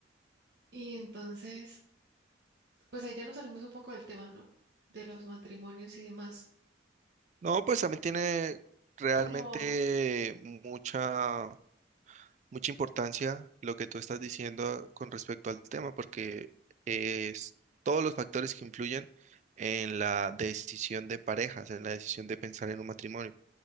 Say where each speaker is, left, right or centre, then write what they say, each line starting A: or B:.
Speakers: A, on the right; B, on the right.
A: Y entonces, pues ahí ya nos salimos un poco del tema, ¿no? De los matrimonios y demás.
B: No, pues también tiene realmente
A: Pero
B: mucha, mucha importancia lo que tú estás diciendo con respecto al tema, porque es todos los factores que influyen en la decisión de parejas, en la decisión de pensar en un matrimonio.